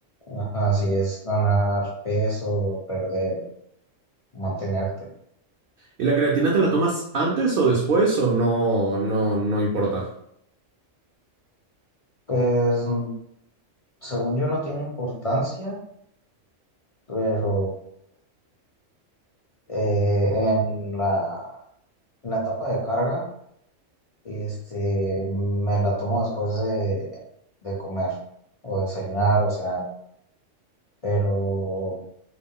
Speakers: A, on the left; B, on the right.
A: ajá, si es ganar peso, perder, mantenerte.
B: ¿Y la creatina te la tomas antes o después o no, no, no importa?
A: Pues mm, según yo no tiene importancia, pero eh, en la, en la etapa de carga, este, me la tomo después de, de comer o desayunar o cenar, pero